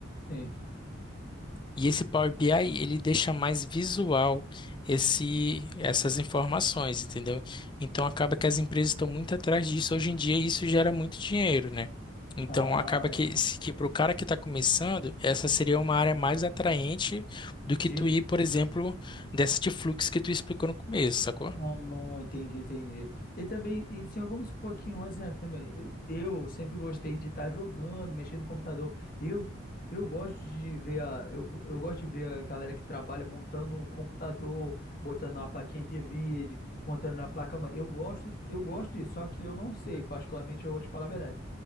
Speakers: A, on the left; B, on the left.
A: Sim.
B: E esse Power BI, ele deixa mais visual esse, essas informações, entendeu? Então acaba que as empresas estão muito atrás disso hoje em dia isso gera muito dinheiro, né? Então
A: Ah,
B: acaba que, se- que para o cara que está começando, essa seria uma área mais atraente do
A: de...
B: que tu ir, por exemplo, dessa de fluxo que tu explicou no começo, sacou?
A: ah, entendi, entendi. E também, e se eu- vamos supor aqui um exemplo também. Eu, eu sempre gostei de estar jogando, mexendo no computador. Eu, eu gosto de ver a, eu, eu gosto de ver a galera que trabalha montando o computador, botando na plaquinha de vídeo, montando na placa mãe. Eu gosto, eu gosto disso, só que eu não sei, particularmente eu vou te falar a verdade.